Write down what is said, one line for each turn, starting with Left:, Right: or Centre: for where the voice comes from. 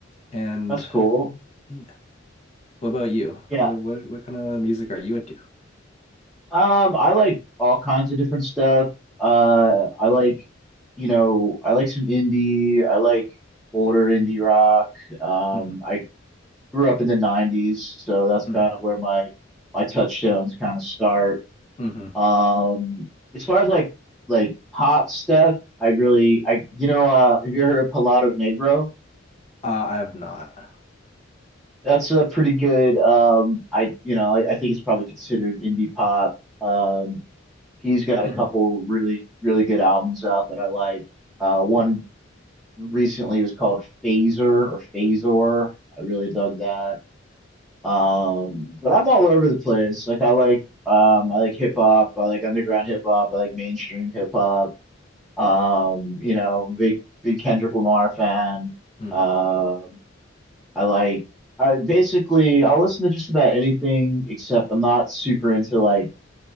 Left: and
Centre: That's cool.
Left: yeah. What about you?
Centre: Yeah,
Left: What what what kind of music are you into?
Centre: Um, I like all kinds of different stuff. Uh, I like, you know, I like some indie. I like older indie rock. Um,
Left: hmm
Centre: I grew up in the 90s, so that's kind
Left: hmm
Centre: of where my my touchstones kind of start.
Left: hmm Uh,
Centre: Um, as far as like like pop stuff, I really I you know, uh, have you heard of Palado Negro?
Left: I have not.
Centre: That's a pretty good um I you know, I, I think it's probably considered indie pop. Um he's got a
Left: hmm
Centre: couple really really good albums out that I like. Uh, one
Left: hmm
Centre: recently was called Phaser or Phasor. I really dug that. Um, but I'm all over the place. Like I like um, I like hip hop. I like underground hip hop. I like mainstream hip hop. Um, you know, big big Kendrick Lamar fan.
Left: hmm
Centre: Um, I like. I basically I'll listen to just about anything except I'm not super into like